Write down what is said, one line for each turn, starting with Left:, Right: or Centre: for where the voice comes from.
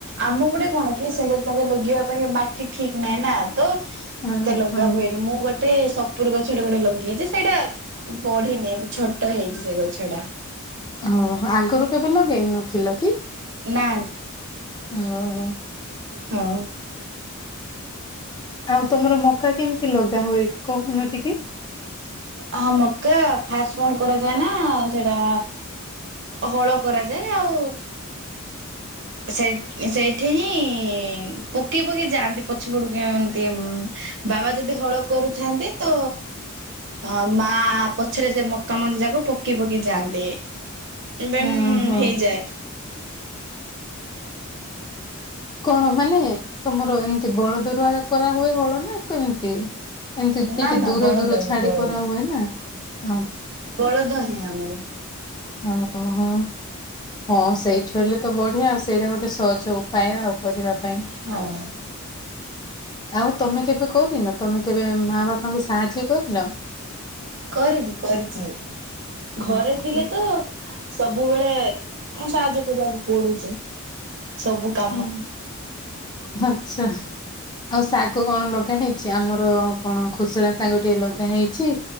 Right: ଆମ ଗୋଟେ କଣ କିଏ <unintelligible> ତାଙ୍କ ଲଗେଇବା ପାଇଁ ମାଟି ଠିକ ନାହିଁନା ତ
Left: ହଁ
Right: ଏତେ ଲଗା
Left: ହଁ।
Right: ହୁଏନି ମୁଁ ଗଟ ଗୋଟେ ସପୁର ଗଛଟା ଗୋଟେ ଲଗେଇଯାଚି ସେଇଟା ବଢିନି ଏବେ ଛୋଟ ହେଇଚି ସେ ଗଛ ଟା।
Left: ହଁ ଆଗରୁ କେବେ ଲଗେଇନଥିଲ କି
Right: ନା
Left: ଓ ହୋ।
Right: ହୋଉ।
Left: ଆଉ ତମର ମକା କେମିତି ଲଗା ହୁଏ କହୁନ ଟିକେ?
Right: ହଁ ମତେ ଫାଷ୍ଟ କଣ କରାଯାଏ ନା ସେଇଟା ହଳ କରାଯାଏ ଆଉ ସେ ସେଇଠି ହିଁ ପକେଇ ପକେଇ ଯାଆନ୍ତି ପଛପଡ କିନ୍ତି ମ୍ ବାବା ଯଦି ହଳ କରୁଥାନ୍ତି ତ ଆ ମା ପଛରେ ସେ ମକା ମଞ୍ଜି ଯାକ ପକେଇ ପକେଇ ଯାଆନ୍ତି। ବନ୍
Left: ଓହୋ।
Right: <unintelligible> ହେଇଯାଏ।
Left: କଣ ମାନେ ତମର ଏମିତି ବଳଦରୁ କରାହୁଏ ହଳ ନା କେମିତି? ଏମତି ଟିକେ
Right: ନା ନା
Left: ଦୂର
Right: ବଳଦ
Left: ଦୂର
Right: ହିଁ
Left: ଛାଡି
Right: ବଳଦ
Left: କରା ହୁଏ ନା ଆ
Right: ବଳଦ ହିଁ ଆମର।
Left: ଓ ହୋ ହଁ ସେଇଠୁ ହେଲେ ତ ବଢିଆ ସେଇଟା ଗୋଟେ ସହଜ ଉପାୟ ଆଉ କରିବା ପାଇଁ।
Right: ହଁ
Left: ଆଉ ତମେ କେବେ କରିନ ତମେ କେବେ ମା ବାପାଙ୍କୁ ସାହାଯ୍ୟ କରିନ?
Right: କରିଚି କରିଚି ଘରେ
Left: ହଁ।
Right: ଥିଲେ ତ ସବୁବେଳେ ମୁଁ ସାହାଯ୍ୟ କରିବାକୁ ପଡୁଚି। ସବୁ କା
Left: ହୁଁ ଆଚ୍ଛା। ଆଉ ଶାଗ କଣ ଲଗା ହେଇଚି? ଆମର କଣ ଖୁସଲା ଶାଗ ଟିକେ ଲଗା ହେଇଚି।